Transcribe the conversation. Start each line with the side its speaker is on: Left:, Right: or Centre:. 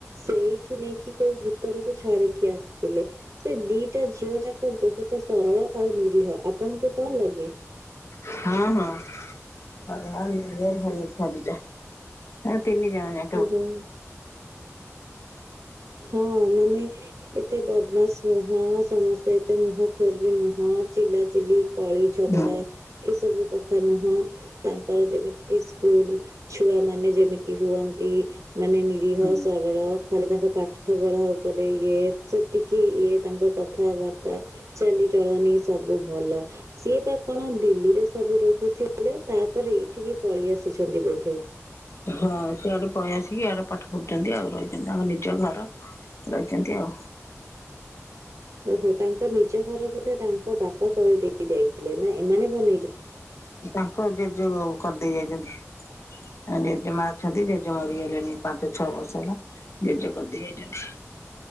Right: ସେଇଠି ନେଇକି କୋଉ ଭିତରକୁ ଛାଡିକି ଆସିଥିଲେ। ସେ ଦିଟା ଝିଅ ଯାକ ବହୁତ ସରଳ ଆଉ ନିରୀହ ଆପଣଙ୍କୁ କଣ ଲାଗେ?
Left: ହଁ ହଁ ସରଳ ନିରୀହ ଭଲ ଛୁଆ ଦି ଟା। ହଁ ତିନି ଜଣ ଯା
Right: ହୁଁ ହୁଁ ହଁ ମାନେ ଏତେ ବଦମାସ ନୁହଁ, ସମସ୍ତେ ଏତେ ମୁହଁ ଖୋର ବି ନୁହଁ, ଚିଲା ଚିଲି କଳି ଝଗଡା
Left: ହୁଁ
Right: ଏସବୁ କଥା ନୁହଁ, ତାଙ୍କର ଯେମିତି ସ୍କୁଲ ଛୁଆ ମାନେ ଯେମିତି ହୁଅ ନ୍ତି, ମାନେ ନିରୀହ
Left: ହୁଁ।
Right: ସରଳ ଖାଲି ତାଙ୍କ ପାଠ ପଢା ଉପରେ ଇଏ ସେ ଏତିକି ଇଏ ତାଙ୍କ କଥାବାର୍ତ୍ତା, ଚାଲିଚଳନି ସବୁ ଭଲ। ସିଏ ପା କଣ ଦିଲ୍ଲୀରେ ସବୁ ରହୁଥିଲେ, ତାପରେ ଏଇଠିକି ପଳେଇ ଆସିଛନ୍ତି ବୋଧେ?
Left: ହଁ ସେଆଡେ ପଳେଇ ଆସିକି ଇଆଡେ ପାଠ ପଢୁଛନ୍ତି ଆଉ ରହିଛନ୍ତି ତାଙ୍କ ନିଜ ଘର। ରଇଛନ୍ତି ଆଉ।
Right: ଓହୋ ତାଙ୍କ ନିଜ ଘର ବୋଧେ ତାଙ୍କ ବାପା କରିଦେଇ ଯାଇଥିଲେ ନା ଏମାନେ ବ
Left: ତାଙ୍କ ଜେଜ କରିଦେଇ ଯାଇଛନ୍ତି। ଆ ଜେଜେମା ଅଛନ୍ତି ଜେଜେ ମରିଗଲେଣି ପାଞ୍ଚ ଛଅ ବର୍ଷ ହେଲା ଜେଜେ କରିଦି ଯାଇଛନ୍ତି।